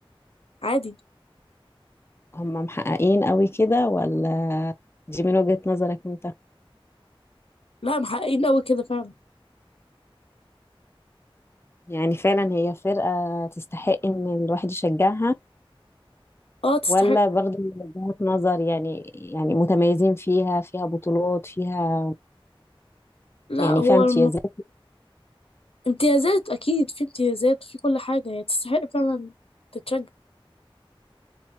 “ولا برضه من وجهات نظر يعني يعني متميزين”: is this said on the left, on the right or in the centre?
Left